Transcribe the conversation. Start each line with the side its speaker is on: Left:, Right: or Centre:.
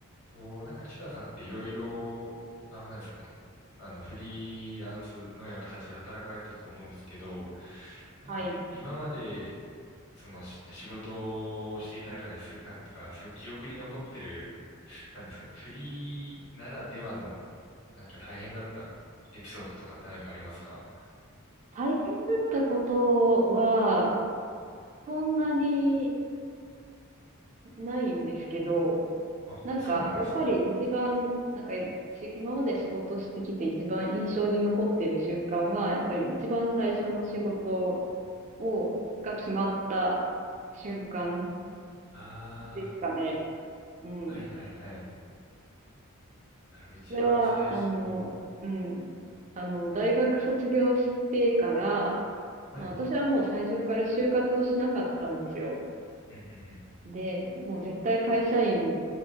Left: と、なんか、ちかさんっていろいろ、あの、なんですかね、あの、フリーランスのような形で働かれてたと思うんですけど、なんか、
Right: はい。
Left: 今まで、その、し仕事をしていた中です、なんか、すごい記憶に残ってる、なんですかね、フリーならではの、なんか大変だったエピソードとかって何かありますか
Right: 大変だったことは、そんなにないんですけど、
Left: あ、
Right: なんか、
Left: そうなんですね。
Right: やっぱり一番、なんか、し今まで仕事してきて一番印象に残ってる瞬間は、やっぱり一番最初の仕事を、が決まった瞬間
Left: あ
Right: ですかね。うん。
Left: あ、はいはいはい。なるほど、一番最初、
Right: それは、あの、うん。あの、大学卒業してから、
Left: はい。
Right: まあ私はもう最初から就活をしなかったんですよ。
Left: うん、
Right: で、もう絶対会社員